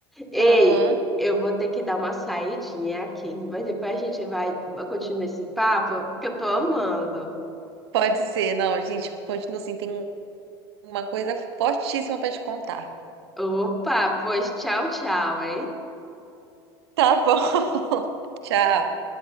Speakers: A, in the centre; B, on the right (about 75°).
A: Ei,
B: Aham,
A: eu vou ter que dar uma saidinha aqui, mas depois a gente vai continuar esse papo, que eu tô amando.
B: Pode ser. Não, gente, continua assim. Tem uma coisa fortíssima pra te contar.
A: Opa, pois tchau, tchau, hein?
B: Tá bom. <laughs> Tchau.